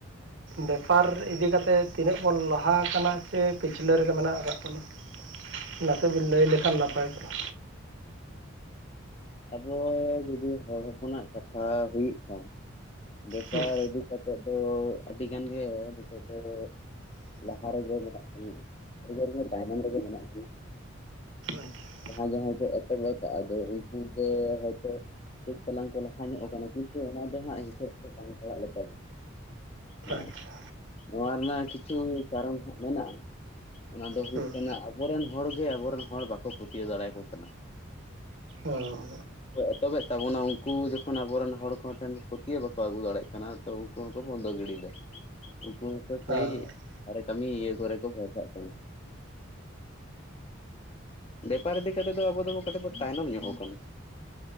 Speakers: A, on the right (about 70°); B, on the left (about 30°).
A: ᱵᱮᱯᱟᱨ ᱤᱫᱤ ᱠᱟᱛᱮᱫ ᱛᱤᱱᱟᱹᱜ ᱵᱚᱱ ᱞᱟᱦᱟ ᱟᱠᱟᱱᱟ ᱥᱮ ᱯᱤᱪᱷᱞᱟᱹ ᱨᱮᱜᱮ ᱢᱮᱱᱟᱜ ᱠᱟᱜ ᱵᱚᱱᱟ ᱱᱟᱥᱮ ᱵᱮᱱ ᱞᱟᱹᱭ ᱞᱮᱠᱷᱟᱱ ᱱᱟᱯᱟᱭ ᱠᱚᱜᱼᱟ
B: ᱟᱵᱚ ᱡᱩᱫᱤ ᱦᱚᱲ ᱦᱚᱯᱚᱱᱟᱜ ᱠᱟᱛᱷᱟ ᱦᱩᱭᱩᱜ ᱠᱷᱟᱱ ᱵᱮᱯᱟᱨ
A: ᱦᱩᱸ
B: ᱤᱫᱤ ᱠᱟᱛᱮᱮᱫ ᱫᱚ ᱟᱹᱰᱤ ᱜᱟᱱ ᱜᱮ ᱱᱤᱛᱚᱜ ᱫᱚ ᱞᱟᱦᱟ ᱨᱮᱜᱮ ᱢᱮᱱᱟᱜ ᱵᱚᱱᱟ ᱟᱹᱰᱤᱜᱢᱟ ᱛᱟᱭᱱᱚᱢ ᱨᱮᱜᱮ ᱢᱮᱱᱟᱜ ᱵᱚᱱᱟ
A: ᱟᱪᱪᱷᱟ
B: ᱡᱟᱦᱟᱸᱭ ᱡᱟᱦᱟᱸᱭ ᱠᱚ ᱮᱛᱚᱵ ᱟᱠᱟᱫᱼᱟᱫᱚ ᱩᱱᱠᱩ ᱜᱮ ᱦᱚᱭᱛᱳ ᱠᱟᱹᱡ ᱪᱟᱞᱟᱝ ᱠᱚ ᱞᱟᱦᱟ ᱧᱚᱜ ᱠᱟᱱᱟ ᱠᱤᱱᱛᱩ ᱚᱱᱟ ᱫᱚ ᱦᱟᱸᱜ ᱦᱤᱥᱟᱹᱵ ᱫᱚ ᱵᱟᱝ ᱯᱟᱲᱟᱜ ᱞᱮ ᱞᱮᱠᱟ ᱜᱮ ᱦ
A: ᱟᱪᱪᱷᱟ
B: ᱱᱚᱣᱟ ᱨᱮᱱᱟᱜ ᱠᱤᱪᱷᱩ ᱠᱟᱨᱚᱱ ᱦᱟᱸᱜ ᱢᱮᱱᱟᱜᱼᱟ ᱚᱱᱟ ᱫᱚ ᱦᱩᱭᱩᱜ
A: ᱦᱩᱸ
B: ᱠᱟᱱᱟ ᱟᱵᱚᱨᱮᱱ ᱦᱚᱲᱜᱮ ᱟᱵᱚᱨᱮᱱ ᱦᱚᱲ ᱵᱟᱠᱚ ᱯᱟᱹᱛᱭᱟᱹᱣ ᱫᱟᱲᱮᱭᱟᱠᱚ ᱠᱟᱱᱟ
A: ᱦᱩᱸ
B: ᱮᱛᱚᱦᱚᱵᱮᱫ ᱛᱟᱵᱚᱱᱟ ᱩᱱᱠᱩ ᱡᱚᱠᱷᱚᱱ ᱟᱵᱚᱨᱮᱱ ᱦᱚᱲ ᱠᱚ ᱴᱷᱮᱱ ᱯᱟᱹᱛᱭᱟᱹᱣ ᱵᱟᱠᱚ ᱟᱹᱜᱩ ᱫᱟᱲᱮᱭᱟᱜ ᱠᱟᱱᱟ ᱛᱚ ᱩᱱᱠᱩ ᱦᱚᱸᱠᱚ ᱵᱚᱱᱫᱚ ᱜᱤᱲᱤᱫᱟ ᱩᱱᱠᱩ ᱦᱚᱸᱠᱚ
A: ᱦᱮᱸ
B: ᱥᱮᱭ ᱵᱨᱮ ᱠᱟᱹᱢᱤ ᱤᱭᱟᱹ ᱠᱚᱨᱮ ᱠᱚ ᱵᱷᱥᱟᱜ ᱠᱟᱱᱟ ᱵᱮᱯᱟᱨ ᱤᱫᱤ ᱠᱟᱛᱮ ᱫᱚ ᱟᱵᱚ ᱫᱚ ᱠᱟᱹᱴᱤᱡ ᱵᱚ ᱛᱟᱭᱱᱚᱢ ᱧᱚᱜ ᱟᱵᱚ ᱦᱮᱞ <unintelligible>